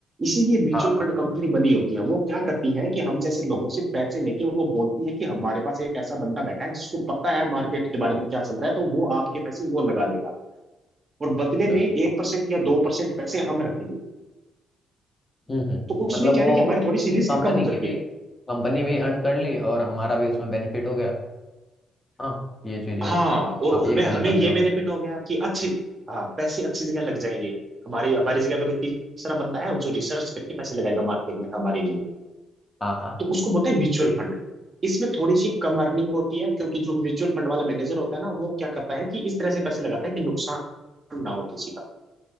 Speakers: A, on the right; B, on the left.
A: इसीलिए म्यूचुअल
B: हाँ हाँ
A: फंड कंपनी बनी होती है वो क्या करती है कि हम जैसे लोगों से पैसे लेके वो बोलती है कि हमारे पास एक ऐसा बंदा बैठा है जिसको पता है मार्केट के बारे में क्या चल रहा है तो वो आपके पैसे वो लगा देगा और बदले
B: अच्छा
A: में एक परसेंट या दो परसेंट पैसे हम रखेंगे
B: हम्म हम्म
A: तो उसमें
B: मतलब
A: क्या
B: वो
A: है ना कि हमारी थोड़ी सी रिस्क
B: कंपनी
A: कम हो जाती
B: की भी
A: है
B: कंपनी भी अर्न कर ली और हमारा भी उसमें बेनिफिट हो गया हाँ ये चीजें
A: हाँ और
B: आप ये
A: हमें
B: कहना
A: हमें
B: चाहते
A: ये
B: हो
A: बेनिफिट हो गया कि अच्छी हाँ पैसे अच्छी जगह लग जाएंगे हमारी हमारी जगह पे कोई तीसरा बंदा है जो रिसर्च करके पैसे लगाएगा मार्केट में हमारे लिए
B: हाँ हाँ
A: तो उसको बोलते हैं म्यूचुअल फंड इसमें थोड़ी सी कम अर्निंग होती है क्योंकि जो म्यूचुअल फंड वाला मैनेजर होता है ना वो क्या करता है कि इस तरह से पैसे लगाता है कि नुकसान ना हो किसी का